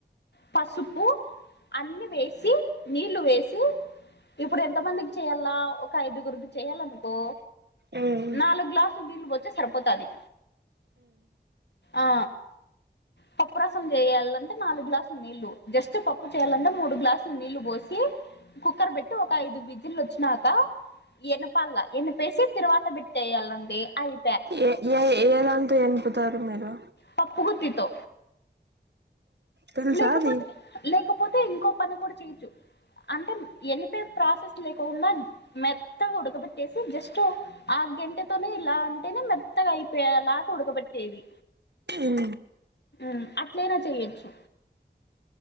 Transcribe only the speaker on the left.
పసుపు అన్ని వేసి నీళ్ళు వేసి ఇప్పుడు ఎంత మందికి చెయ్యాల ఒక ఐదుగురుకి చెయ్యాలనుకో
నాలుగు గ్లాసులు నీళ్లు బోత్తే సరిపోతది ఆ ప పప్పురసం చేయాలంటే నాలుగు గ్లాసులు నీళ్లు జస్ట్ పప్పు చేయ్యాలంటే మూడు గ్లాసులు నీళ్ళు బోసి కుక్కర్ పెట్టి ఒక ఐదు విజిల్లు వచ్చినాక ఎనపాల ఎనిపేసి తిరువాత బెట్టేయ్యాలండి అయి
పప్పు గుత్తితో
లేకపోతే
లేకపోతే ఇంకో పని కూడా చేయచ్చు అంటే ఎనిపేయ్ ప్రాసెస్ లేకొకున్న మెత్తగా ఉడకబెట్టేసి జస్ట్ ఆ గెంటెతోనే ఇలా అంటేనే మెత్తగా అయిపోయెలగ ఉడకబెట్టేది
మ్ అట్లైనా చెయ్యొచ్చు